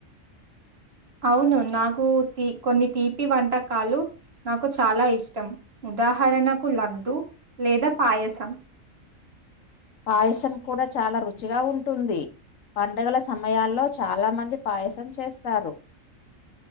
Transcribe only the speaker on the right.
అవును నాకు తీ కొన్ని తీపి వంటకాలు నాకు చాలా ఇష్టం ఉదాహరణకు లడ్డు లేదా పాయసం